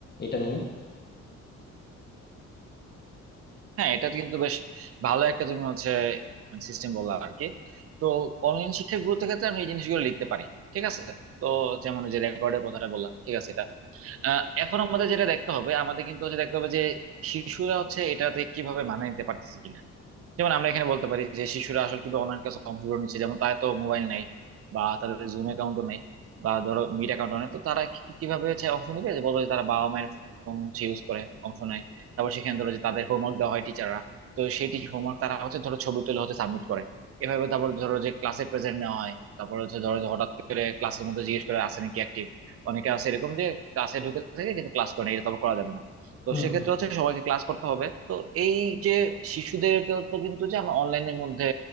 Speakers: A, on the left; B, on the right.
A: এটা নিয়ে
B: হ্যাঁ এটা তো কিন্তু বেশ ভালো একটা তুমি হচ্ছে সিস্টেম বললা আর কি তো অনলাইন শিক্ষার গুরুত্বের ক্ষেত্রে আমি এই জিনিসগুলো লিখতে পারি ঠিক আছে তো যেমন ওই যে রেকর্ডের কথাটা বললাম ঠিক আছে এটা আহ, এখন আমাদের যেটা দেখতে হবে আমাদের কিন্তু হচ্ছে দেখতে হবে যে শিশুরা হচ্ছে এটাতে কিভাবে মানিয়ে নিতে পারতেছে কিনা যেমন আমরা এখানে বলতে পারি যে শিশুরা আসলে কিভাবে অনলাইন ক্লাস অংশগ্রহণ নিচ্ছে যেমন তাদের তো মোবাইল নাই বা তাদের জুম অ্যাকাউন্টও নেই বা ধরো মিট অ্যাকাউন্ট নেই তো তারা কি- কিভাবে হচ্ছে অংশ নিবে যে বলবো যে তারা বাবা মায়ের ফোন হচ্ছে ইউজ করে অংশ নেয় তারপর সেখানে ধরো যে তাদের হোমওয়ার্ক দেওয়া হয় টিচাররা তো সেই টিচার হোমওয়ার্ক তারা হচ্ছে ধরো ছবি তুলে হচ্ছে সাবমিট করে এভাবে তারপর ধরো যে ক্লাসে প্রেজেন্ট নেওয়া হয় তারপর হচ্ছে ধরো যে হঠাৎ করে ক্লাসের মধ্যে জিজ্ঞেস করে আছে নাকি অ্যাক্টিভ অনেকে আছে এরকম যে ক্লাসে ঢুকে থাকে কিন্তু ক্লাস করে না এটা তো আবার করা যাবে না তো
A: হুম
B: সেক্ষেত্রে
A: হুম।
B: হচ্ছে সবাইকে ক্লাস করতে হবে তো এই যে শিশুদেরকে তো কিন্তু যে আমরা অনলাইনের মধ্যে